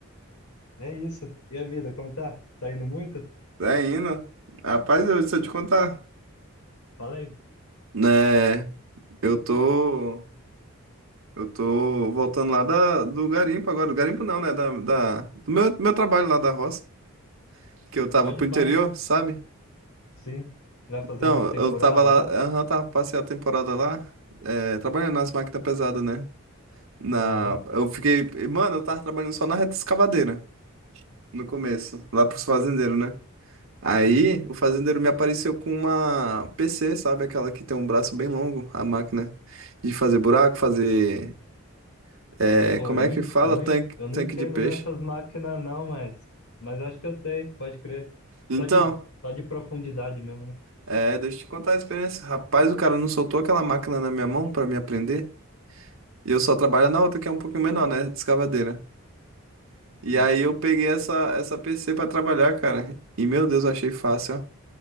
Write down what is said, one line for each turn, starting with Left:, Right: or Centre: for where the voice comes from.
Left: É isso. E a vida, como tá? Saindo muito?
Right: Tá indo? Rapaz, eu, se eu te contar.
Left: Fala aí.
Right: Né, eu tô. Eu tô voltando lá da, do garimpo agora. Do garimpo não, né? Da, da, do meu, meu trabalho lá da roça. Que eu tava
Left: Pode
Right: pro
Left: pá.
Right: interior, sabe?
Left: Sim. Vai fazer
Right: Então,
Left: umas temporadas
Right: eu tava lá.
Left: lá?
Right: Aham, tava, passei a temporada lá. é, trabalhando nas máquinas pesadas, né? Na,
Left: Aham,
Right: eu fiquei. Mano, eu tava trabalhando só na reta escavadeira no começo. Lá pros fazendeiros, né? Aí
Left: sim.
Right: o fazendeiro me apareceu com uma PC, sabe? Aquela que tem um braço bem longo, a máquina de fazer buraco, fazer. é,
Left: Pô,
Right: como
Left: eu
Right: é
Left: não,
Right: que
Left: en-
Right: fala?
Left: eu não,
Right: Tanque,
Left: en- eu não
Right: tanque
Left: entendo
Right: de peixe.
Left: nessas máquinas não, mas, mas acho que eu sei, pode crer.
Right: Então,
Left: Só de, só de profundidade mesmo, né?
Right: é, deixa eu te contar a experiência. Rapaz, o cara não soltou aquela máquina na minha mão pra me aprender. E eu só trabalho na outra, que é um pouquinho menor, né? De escavadeira. E
Left: Hum.
Right: aí eu peguei essa, essa PC pra trabalhar, cara. E meu Deus, eu achei fácil, ó.